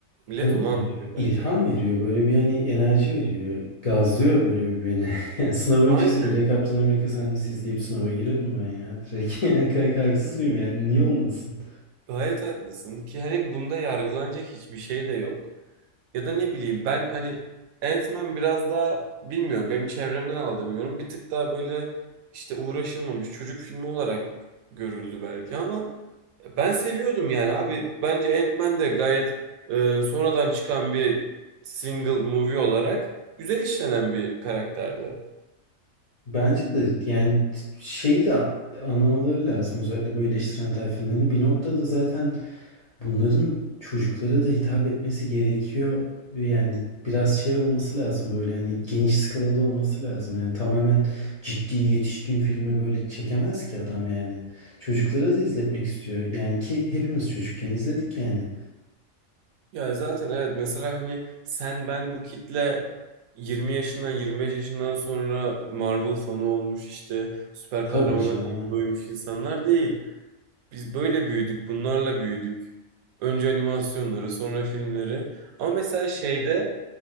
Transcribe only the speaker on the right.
Millet
onu
anlıyor
bence.
Aynen.
Gayet haklısın ki hani bunda yargılanacak hiçbir şey de yok. Ya da ne bileyim ben hani Ant-Man biraz daha bilmiyorum benim çevremden aldığım yorum bir tık daha böyle işte uğraşılmamış çocuk filmi olarak görüldü belki ama ben seviyordum yani abi bence Ant-Man de gayet e, sonradan çıkan bir single movie olarak güzel işlenen bir karakterdi.
Ya zaten evet mesela hani sen ben bu kitle 20 yaşından 25 yaşından sonra Marvel fanı olmuş işte süper kahramanlara
ilgi duymuş insanlar değil. Biz böyle büyüdük, bunlarla büyüdük. Önce animasyonları, sonra filmleri. Ama mesela şeyde